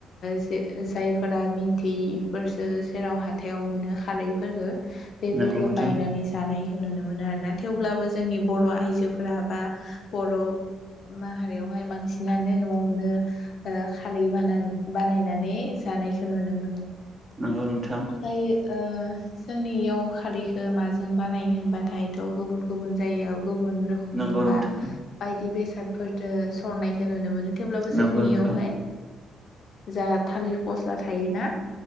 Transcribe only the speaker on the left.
जे-जाय फोरा मिन्थियि बेफोरसो जेराव हाथायाव मोनो खारैफोरफोरखो। बेफोरखौ
बायनानै जानायखौ नुनो मोनो आरोना थेवब्लाबो जोंनि बर' आइजोफोरा बा बर' माहारियावहाय बांसिनानो न'आवनो ओ खारै बाना-बानायनानै जानायखौ नुनो मोनो।
ओमफाय ओ जोंनि इयाव खारैखौ माजों बानायो होनबाथायथ' गुबुन गुबुन जायगायाव गुबुन रोखोम
नि
बा बायदि बेसादफोरजों सरनायखौ नुनो मोनो थेवब्लाबो
जोंनियावहाय
जा थालिर फस्ला थायोना